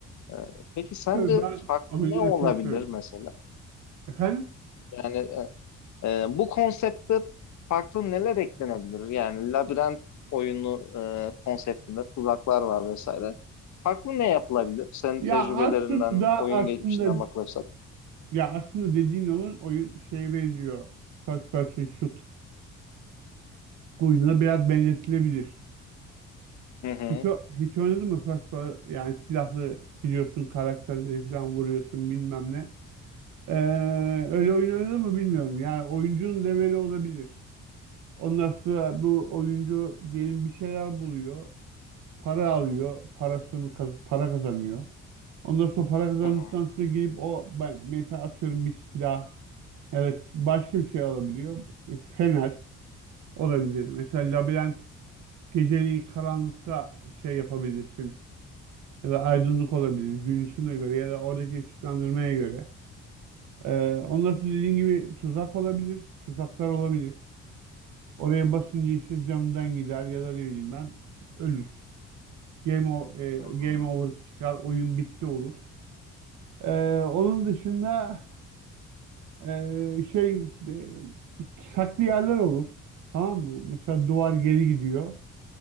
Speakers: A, on the left; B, on the right.
A: E, peki sence
B: Tabii ben
A: farklı
B: oyunları
A: ne olabilir
B: çok seviyorum.
A: mesela?
B: Efendim?
A: Yani e, e, bu konsepte farklı neler eklenebilir? Yani labirent oyunu e, konseptinde tuzaklar var vesaire. Farklı ne yapılabilir? Senin
B: Ya
A: tecrübelerinden,
B: aslında
A: oyun
B: aslında
A: geçmişinden bakılırsak.
B: ya aslında dediğin olan oyun şeye benziyor. First person shoot oyununa biraz benzetilebilir.
A: Hı hı.
B: Hiç, o- hiç oynadın mı first person yani silahlı gidiyorsun karakterleri falan vuruyorsun bilmem ne. Ee, öyle oyun oynadı mı bilmiyorum. Yani oyuncunun leveli olabilir. Ondan sonra bu oyuncu diyelim bir şeyler buluyor. Para alıyor. Parasını kaz- para kazanıyor. Ondan sonra para kazandıktan
A: Hı hı.
B: sonra girip o ben- mesela atıyorum bir silah evet başka bir şey alabiliyor. E, Fener olabilir. Mesela labirent geceliği karanlıkta şey yapabilirsin. Ya da aydınlık olabilir. Gün ışığına göre ya da oradaki ışıklandırmaya göre. Ee, ondan sonra dediğin gibi tuzak olabilir, tuzaklar olabilir. Oraya basınca işte camdan gider ya da ne bileyim ben ölür. Game, o- e, game
A: Hı hı.
B: over çıkar, oyun bitti olur. Ee, onun dışında e, şey de, saklı yerler olur. Tamam mı? Mesela duvar geri gidiyor.